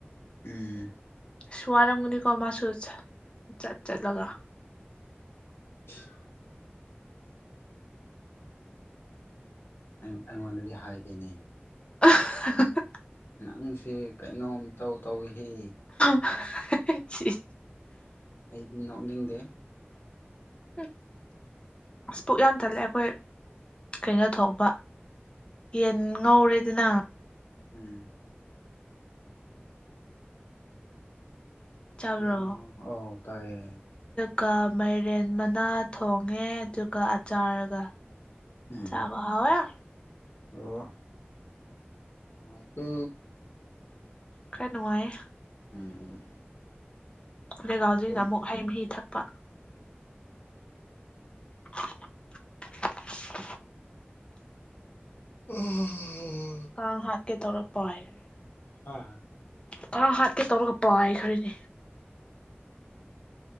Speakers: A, on the left (about 75°); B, on the left (about 25°).
A: ꯎꯝ
B: ꯏꯁ ꯋꯥꯔꯝꯒꯅꯤꯀꯣ ꯃꯥꯁꯨ ꯁꯥ ꯆꯠ ꯆꯠꯂꯒ
A: <inaudible> ꯑꯩ ꯑꯩꯉꯣꯟꯗꯗꯤ ꯍꯥꯏꯗꯦꯅꯤ
B: <unintelligible>
A: ꯅꯪꯁꯦ ꯀꯩꯅꯣꯝꯇꯧ ꯇꯧꯋꯦꯍꯦ
B: ꯍ ꯍ ꯏꯁ
A: ꯑꯩꯗꯤ ꯅꯣꯛꯅꯤꯡꯗꯦ
B: ꯍꯝ ꯑꯁ ꯄꯨꯛ ꯌꯥꯝ ꯊꯜꯂꯦ ꯑꯩꯈꯣꯏ ꯀꯩꯅꯣ ꯊꯣꯡꯄ ꯌꯦꯟ ꯉꯧꯔꯦꯗꯅ
A: ꯎꯝ
B: ꯆꯥꯕ꯭ꯔꯣ
A: ꯌꯦꯟ ꯉꯧ ꯑꯧ ꯇꯥꯏꯌꯦ
B: ꯀ ꯃꯥꯏꯔꯦꯟ ꯃꯅꯥ ꯊꯣꯡꯉꯦ ꯑꯗꯨꯒ ꯑꯆꯥꯔ ꯒ
A: ꯎꯝ
B: ꯆꯥꯕ ꯍꯥꯎ ꯑꯦ
A: ꯑꯣ ꯅꯨꯡꯉꯥꯏꯀꯣ
B: ꯈꯥꯔ ꯅꯨꯡꯉꯥꯏꯑꯦ
A: ꯎꯝ
B: ꯂꯦꯒꯥꯎꯖꯤꯗ
A: ꯑꯩ
B: ꯑꯃꯨꯛ ꯍꯩ ꯃꯍꯤ ꯊꯛꯄ <inaudible>
A: ꯑꯍꯥꯍꯥ
B: ꯀꯥꯡ ꯍꯥꯠ ꯀꯦ ꯇꯧꯔ ꯄꯥꯏꯈ꯭ꯔꯦ
A: ꯍꯥ
B: ꯀꯥꯡ ꯍꯥꯠꯀꯦ ꯇꯧꯔꯒ ꯄꯥꯏꯈꯔꯦꯅꯦ